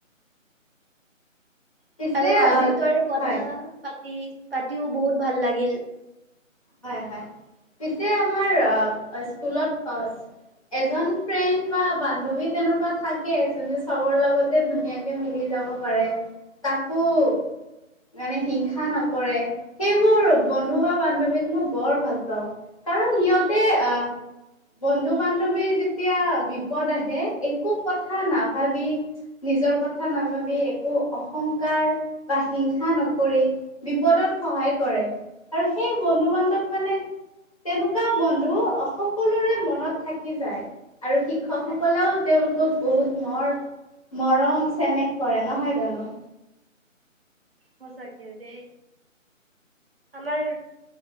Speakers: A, on the left; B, on the right.
A: পিছে
B: আৰু আজি
A: আহ,
B: তোৰ কথা
A: হয়
B: পাতি পাতিও বহুত ভাল লাগিল।
A: হয়, হয়। পিছে আমাৰ অ স্কুলত অ এজন ফ্ৰেণ্ড বা বান্ধৱী তেনেকুৱা থাকে, যোনে চবৰ লগতে ধুনীয়াকে মিলি যাব পাৰে, কাকো- মানে হিংসা নকৰে, সেইবোৰ বন্ধু বা বান্ধৱী মই বৰ ভাল পাওঁ, কাৰণ সিহঁতে আহ বন্ধু বান্ধৱীৰ যেতিয়া বিপদ আহে একো কথা নাভাবি নিজৰ কথা নাভাবি একো অহংকাৰ বা হিংসা নকৰি বিপদত সহায় কৰে আৰু সেই বন্ধু বান্ধৱ মানে তেনেকুৱা বন্ধু অ সকলোৰে মনত থাকি যায়। আৰু শিক্ষকসকলেও
B: থাক
A: তেওঁলোকক বহুত মৰ মৰম চেনেহ কৰে নহয় জানোঁ?
B: সঁচাকে দেই। আমাৰ